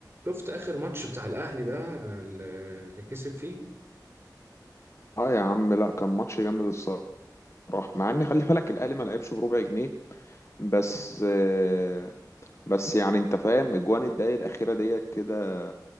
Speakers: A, on the right; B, on the left.
A: شفت اخر ماتش بتاع الاهلي ده اللي اللي كسب فيه
B: اه يا عم لا كان ماتش جامد الصراحه مع ان خلي بالك الاهلي ما لعبش بربع جنيه بس آه، بس يعني انت فاهم اجوان الدقايق الاخيره ديت كده